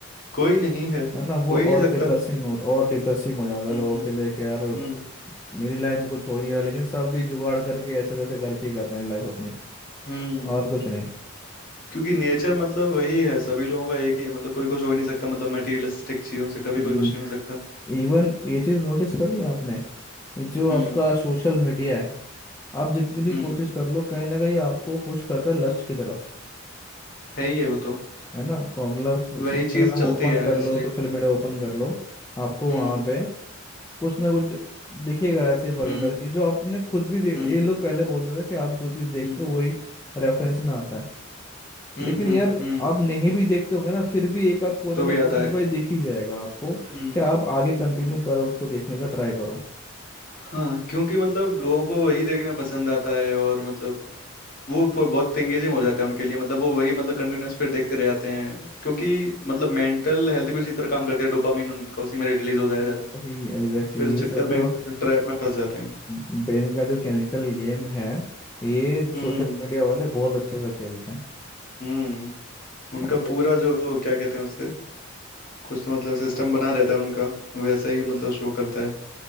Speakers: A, on the left; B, on the left.
A: कोई नहीं है
B: है ना वो
A: हो ही
B: और
A: नहीं सकता
B: डिप्रेसिंग हो और डिप्रेसिंग हो जाता है
A: हम्म
B: लोगों
A: हम्म
B: के लिए कि यार
A: हम्म
B: मेरी लाइफ में कुछ हो नहीं रहा लेकिन सब भी जुगाड़ करके ऐसे तैसे करके ही कर रहे हैं लाइफ अपनी
A: हम्म।
B: और कुछ नहीं
A: क्योंकि नेचर मतलब वही है सभी लोगों का एक ही है मतलब कोई कुछ हो ही नहीं सकता मतलब मटेरियलिस्टिक चीजों से कभी
B: हम्म
A: कोई कुछ नहीं हो सकता
B: इवन ये चीज़ नोटिस करी है आपने जो
A: हम्म
B: आपका सोशल मीडिया है आप जितनी भी
A: हम्म
B: कोशिश कर लो कहीं ना कहीं आपको पुश करता है लस्ट की तरफ
A: है ही है वो तो
B: है ना आपको मतलब
A: वही
B: इंस्टाग्राम
A: चीज चलती
B: ओपन
A: है
B: कर लो
A: इसलिए
B: सोशल मीडिया ओपन कर लो आपको
A: हम्म
B: वहाँ पे कुछ ना कुछ दिखेगा ऐसे वल्गर
A: हम्म
B: चीज जो आपने खुद भी देख
A: हम्म
B: ये लोग पहले बोलते थे कि आप जो चीज़ देखते
A: हम्म
B: हो वही रेफरेंस में आता है
A: हम्म
B: लेकिन
A: हम्म
B: यार
A: हम्म,
B: आप नहीं भी देखते होंगे ना फिर भी एक आध कोने
A: तो
B: में
A: भी आता
B: कोई ना कोई
A: है
B: दिख ही जाएगा आपको
A: हम्म
B: कि आप आगे कंटिन्यू करो उसको देखने का ट्राई करो
A: हाँ क्योंकि मतलब लोगों को वही देखना पसंद आता है और मतलब वो फो- बहुत एंगेजिंग हो जाता है उनके लिए मतलब वो वही मतलब कंटिन्यूअस फिर देखते रह जाते हैं क्योंकि मतलब मेंटल हेल्थ भी उसी तरह काम करती है डोपामिन उनका उसी में रिलीज होता है
B: हम्म,
A: जाता है
B: वही एग्जैक्टली
A: फिर
B: exactly,
A: इस
B: ये सब
A: चक्कर में
B: जो
A: एक ट्रैप में फंस जाते हैं
B: ब्रेन का जो केमिकल गेम है ये
A: हम्म
B: सोशल मीडिया वाले बहुत अच्छे से खेलते हैं
A: हम्म उनका
B: और
A: पूरा जो क्या कहते हैं उसके कुछ तो मतलब सिस्टम बना रहता है उनका वैसा ही मतलब शो करता है